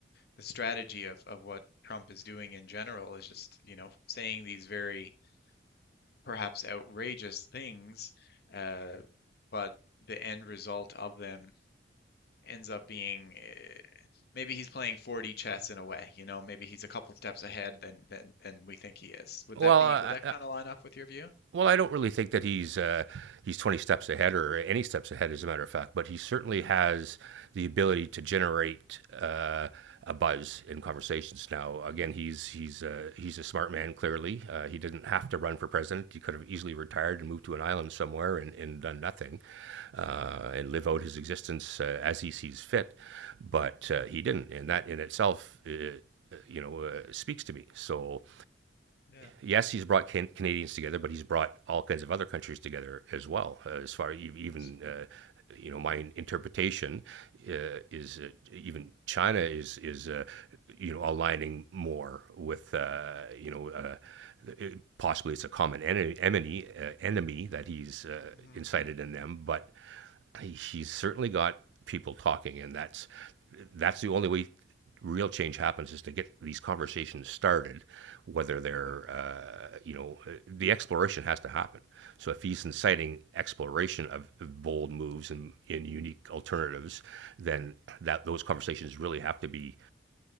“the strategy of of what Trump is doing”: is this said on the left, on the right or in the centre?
Left